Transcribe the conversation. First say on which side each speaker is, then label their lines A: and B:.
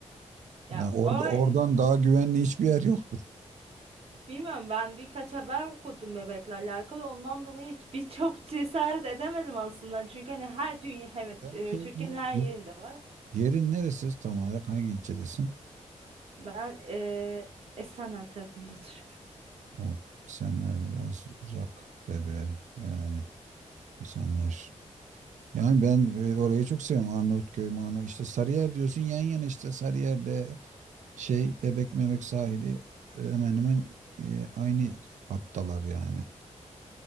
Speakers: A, on the right; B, on the right.
A: ya
B: Yani orada
A: o
B: oradan daha güvenli hiçbir yer yoktur.
A: bilmiyorum ben birkaç haber okudum bebekle alakalı ondan dolayı hiç birçok cesaret edemedim aslında çünkü hani her dünya evet
B: Ya
A: e,
B: Şey,
A: Türkiye'nin
B: nere-
A: her
B: yer-
A: yerinde var
B: yerin neresi tam olarak hangi ilçedesin?
A: ben e, Esenler tarafında <laughs> oturuyorum.
B: O Esenler biraz uzak bebe yani Esenler. Yani ben e, orayı çok seviyorum. Arnavutköy, Marnavut işte Sarıyer diyorsun yan yana işte Sarıyer'le şey Bebek Memek sahili e, hemen hemen e, aynı hattalar yani.